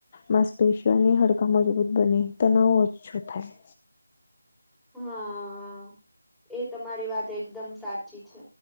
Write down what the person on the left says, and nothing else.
માંસ પેશીઓની હાડકા મજબૂત બને તનાવ ઓછો થાય